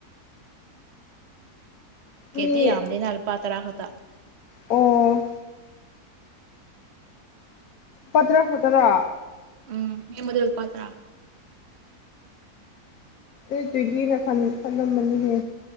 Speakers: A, on the left; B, on the right.
A: ꯃꯤ
B: ꯀꯦꯗꯤ ꯌꯥꯝꯝꯗꯤ ꯅ ꯄꯥꯇ꯭ꯔꯥꯊ
A: ꯑꯣ ꯄꯇ꯭ꯔꯥ ꯐꯇ꯭ꯔꯥ
B: ꯎꯝ ꯃꯤ ꯃꯗꯜ ꯄꯥꯠꯇ꯭ꯔꯥ
A: ꯑꯦ ꯇꯨꯒꯤꯅ ꯈꯟ ꯈꯜꯂꯝꯕꯅꯤꯍꯦ